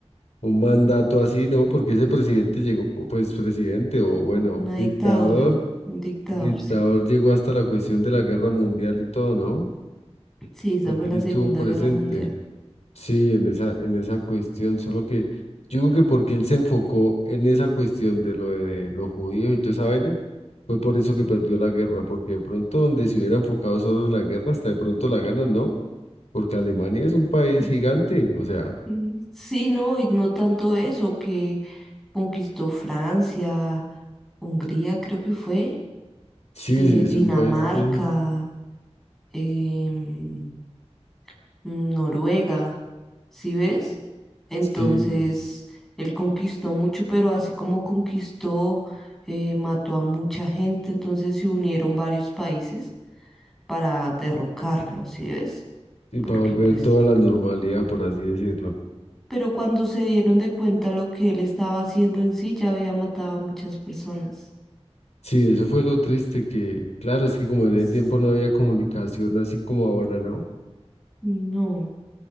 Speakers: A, on the left; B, in the centre.
A: un mandato así, no? Porque ese presidente llegó, o pues presidente o bueno,
B: hubo una
A: dictador,
B: dictadura, un dictador,
A: dictador
B: sí.
A: llegó hasta la cuestión de la guerra mundial y todo, ¿no?
B: Sí, esa
A: Porque
B: fue la
A: él estuvo
B: Segunda
A: presente.
B: Guerra Mundial.
A: Sí, en esa, en esa cuestión, solo que yo digo que porque él se enfocó en esa cuestión de lo de los judíos y toda esa vaina, fue por eso que perdió la guerra, porque de pronto donde se hubiera enfocado solo en la guerra, hasta de pronto la ganan, ¿no? porque Alemania es un país
B: Mm,
A: gigante, o sea,
B: mm. Sí, no, y no tanto eso, que conquistó Francia, Hungría, creo que fue,
A: sí,
B: eh,
A: sí, es
B: Dinamarca,
A: un país que,
B: em, Noruega, ¿sí ves? Entonces,
A: sí,
B: él conquistó mucho, pero así como conquistó, eh, mató a mucha gente, entonces se unieron varios países para derrocarlo, ¿sí ves?
A: y
B: Porque
A: para volver
B: pues
A: toda la normalidad, por así decirlo.
B: pero cuando se dieron de cuenta lo que él estaba haciendo en sí, ya había matado a muchas personas.
A: Sí, eso fue lo triste que, claro, es que como en ese
B: S-
A: tiempo no había comunicación así como ahora, ¿no?
B: No.